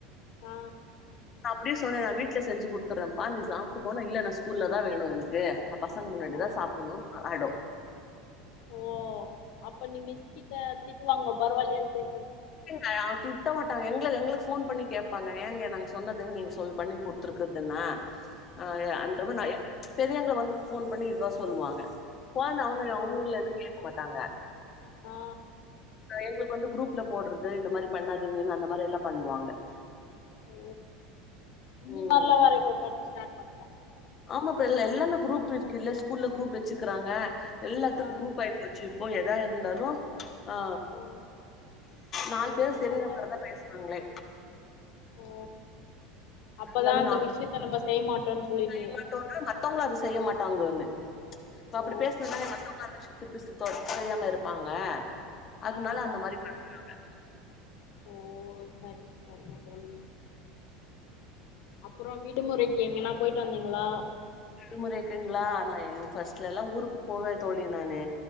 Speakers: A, on the left; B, on the left.
A: ஆ
B: அப்டியு சொன்னே நானு வீட்ல செஞ்சு குடுத்துறேம்ப்பா நீ சாப்ட்டு போன்னா இல்ல நா ஸ்கூல்லதா வேணு எனக்கு நா பசங்க முன்னாடிதா
A: ஆ
B: சாப்பட்ணுன்னு அடோ
A: ஓ அப்ப நீ மிஸ் கிட்ட திட்டு வாங்குவ பரவால்லயான்னு கே
B: ஆ அவங்க திட்ட மாட்டாங்க எங்கள எங்களுக் ஃபோன் பண்ணி கேப்பாங்க. ஏங்க நாங்க சொன்னது என் நீங்க சொல் பண்ணி குடுத்துருக்கறது என்ன? ஆ ய அந்த மாரி நா ஏற் பெரியவங்கள வந்து போன் பண்ணி இதா சொல்வாங்க ஃபோன்ல அவனு
A: ஓ
B: அவங்கல எதுவு கேக்க மாட்டாங்க
A: ஆ
B: எங்களுக்கு வந்து குரூப் போடுறது இந்த மாரி பண்ணாதீங்கன்னு அந்த மாரி எல்லா பண்ணுவாங்க
A: ஓ இந்த
B: ம்
A: மாரிலா வேற இப்போ பண்ணா ஸ்டார்ட் பண்
B: ஆமா இப்ப எல் எல்லாமே குரூப் பிருக் கில்ல ஸ்கூல்ல குரூப் வெச்சுக்குறாங்க எல்லாத்துக்
A: ஆ
B: குரூப் ஆயிற்றுச்சு இப்போ எ எதா இருந்தாலு ஆ
A: ஓ
B: நாலு
A: போட்டுர்றாங்க
B: பேர் தெரிர போலதா பேசுவாங்களே
A: ஓ அப்பதா
B: எல்லாமே
A: அந்த
B: நா
A: விஷயத்த நம்ம செய்ய மாட்டோன்னு சொல்லிட்டு
B: செய்யமாட்டோனா மத்தவங்களு அத செய்ய மாட்டாங்கோன்னு ம்ச் அப்படி
A: ஓ
B: பேசின நாள <unintelligible> பேசுது தொத்தையாம இருப்பாங்க அதனால
A: ஆ ஆ
B: அந்த மாரி பண்றாங்க
A: ஓ சரிங்க சரிங்க தோழி அப்பறோ விடுமுறைக்கு எங்கன்னா போயிட்டு வந்தீங்களா
B: விடுமுறைக்குங்களா நா எ ஃபஸ்ட்ல எல்லா ஊருக்கு போவ தோழி நானு